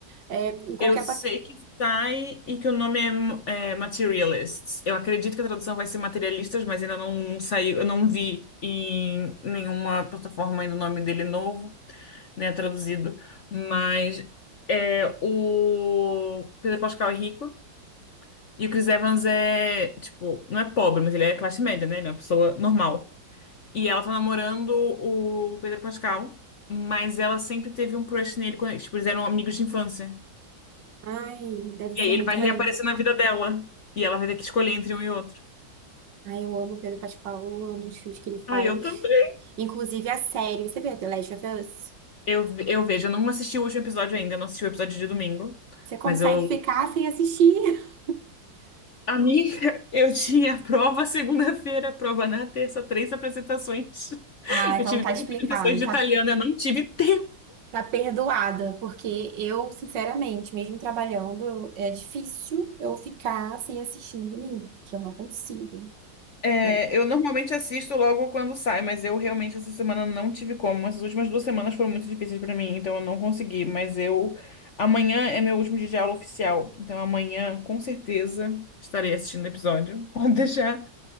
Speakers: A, on the right; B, on the left.
A: é, em qualquer...
B: Eu sei
A: pla-
B: que sai e que o nome é, é Materialists. Eu acredito que a tradução vai ser Materialistas, mas ainda não saiu, eu não vi em nenhuma plataforma ainda o nome dele novo, né, traduzido. Mas é o Pedro Pascal é rico e o Chris Evans é, tipo, não é pobre, mas ele é classe média, né? Ele é uma pessoa normal. E ela tá namorando o Pedro Pascal, mas ela sempre teve um crush nele, quando, tipo, eles eram amigos de infância.
A: Ai, deve
B: E
A: ser
B: aí ele
A: muito
B: vai
A: maneiro.
B: reaparecer na vida dela. E ela vai ter que escolher entre um e outro.
A: Ai, eu amo o Pedro Pascal, eu amo os filmes que ele faz.
B: Ah, eu também.
A: Inclusive a série, você vê The Last of Us?
B: Eu, eu vejo, eu não assisti o último episódio ainda, eu não assisti o episódio de domingo.
A: Você consegue
B: Mas eu.
A: ficar sem assistir? <laughs>
B: Amiga, <laughs> eu tinha prova segunda-feira, prova na terça, três apresentações.
A: Ah, então
B: Eu tive
A: tá
B: três
A: explicado,
B: apresentações de
A: tá
B: italiano, eu não tive tempo.
A: Tá perdoada, porque eu, sinceramente, mesmo trabalhando, eu- é difícil eu ficar sem assistir no domingo, porque eu não consigo.
B: É,
A: Eu-
B: eu normalmente assisto logo quando sai, mas eu realmente essa semana não tive como. Essas últimas duas semanas foram muito difíceis pra mim, então eu não consegui. Mas eu. Amanhã é meu último dia de aula oficial, então amanhã com certeza estarei assistindo o episódio. <laughs> Pode deixar.